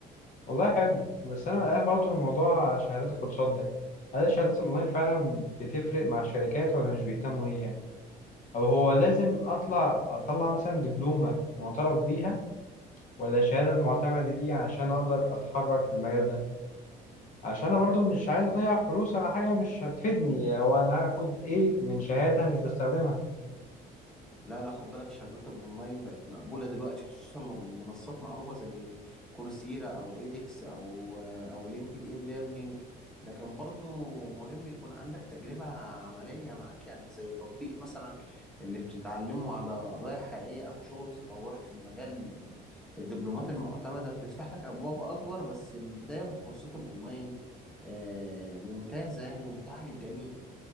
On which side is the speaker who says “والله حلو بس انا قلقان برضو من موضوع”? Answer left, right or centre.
Left